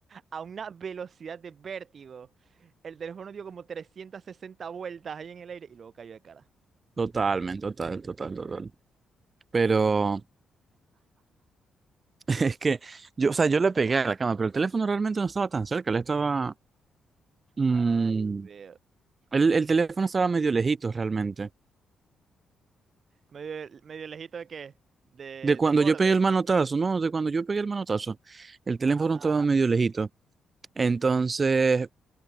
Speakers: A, on the right; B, on the right.
A: a una velocidad de vértigo. El teléfono dio como 360 vueltas ahí en el aire y luego cayó de cara.
B: totalmente, total, total, total. Pero <laughs> es que yo, o sea, yo le pegué a la cama, pero el teléfono realmente no estaba tan cerca, le estaba... mm,
A: Ay, Dios mío.
B: el, el teléfono estaba medio lejito realmente.
A: Medio, medio lejito de qué? De,
B: De cuando
A: del borde.
B: yo pegué el manotazo, no, de cuando yo pegué el manotazo, el teléfono
A: Ah,
B: estaba medio lejito. Entonces,